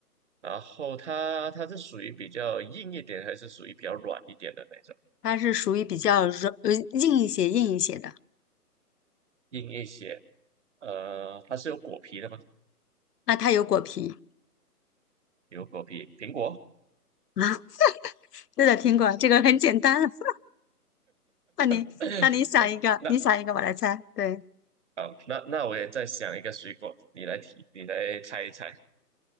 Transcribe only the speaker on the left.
它是属于比较软呃硬一些硬一些的，
那它有果皮
啊，对的，听过，这个很简单，<laughs> 那你那你想一个，
你想一个，我来猜，对。